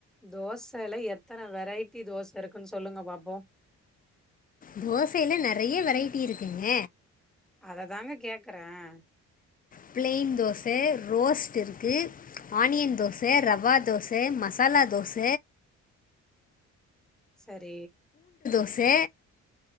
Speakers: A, in the centre; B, on the left.
A: தோசையில எத் எத்தனை வெரைட்டி தோசை இருக்குன்னு சொல்லுங்க பாப்போம்
B: தோசையில நெறைய வெரைட்டி இருக்குங்க
A: அத தாங்க கேக்குறேன்
B: பிளைின் தோச ரோஸ்ட் இருக்கு ஆனியன் தோச ரவா தோச மசாலா தோச
A: சரி
B: ச